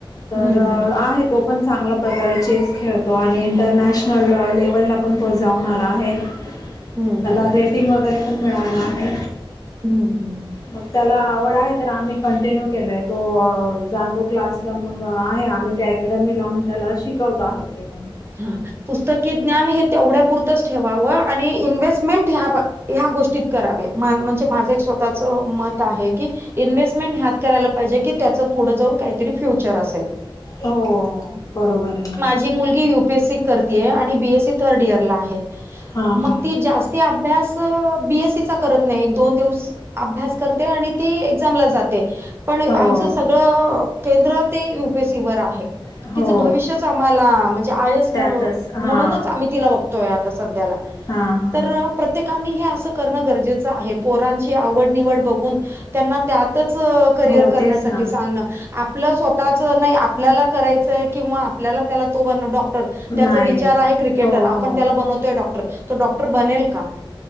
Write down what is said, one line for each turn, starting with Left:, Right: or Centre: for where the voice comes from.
Left: तर
Right: हम्म हम्म
Left: आहेत तो पण चांगल्या प्रकारे चेस खेळतो तो आणि इंटरनॅशनल लेवल ला पण तो जाऊन आला आहे
Right: हम्म
Left: त्याला
Right: हम्म
Left: रेट फिंग वगैरे पण मिळाला आहे
Right: हम्म हम्म
Left: मग त्याला आवड आहे तर आम्ही कंटिन्यू केला आहे तो जातो क्लासला मग आहे आम्ही ते अकॅडमी लावून त्याला शिकवत आहे ते पण
Right: हा पुस्तकी ज्ञान हे तेवढ्या पुुरतंच ठेवावं आणि इन्व्हेस्टमेंट ह्या ह्या गोष्टीत करावे म्हणजे माझं एक स्वतःच मत आहे की इन्व्हेस्टमेंट ह्यात करायला पाहिजे की त्याचं पुढे जाऊन काहीतरी फ्युचर असेल
Left: हो बरोबर आहे ना
Right: मु यपीएस बीसीथर्डर आहे
Left: हां हां
Right: ती अभ्यास बीएससी चा करत नाही एक दोन दिवस अभ्यास करते आणि ती एक्झामला जाते पण आमच
Left: हो
Right: सगळं केंद्र ते युपीसी वर आहे
Left: हो
Right: तिचं भविष्यच आम्हाला म्हणजे आ
Left: त्यातच
Right: म्हणूनच
Left: हा
Right: आम त बघतोय आ सध्या
Left: हा हा
Right: तर प्रत्येकानी हे असं करणं गरजेचं आहे पोरांची आवड निवड बघून त्यांना त्यातच करिअर
Left: हो
Right: करण्यासाठी
Left: तेच ना
Right: सांगण आपलं स्वतःच नाही आपल्याला करायचंय किंवा आपल्याला त्याला तो ब डॉ र
Left: नाही
Right: त्याचा विचार आहे क्रिकेटर
Left: हो
Right: आपण
Left: हो
Right: त्याला बनवतोय डॉक्टर त डॉक्टर बनेल का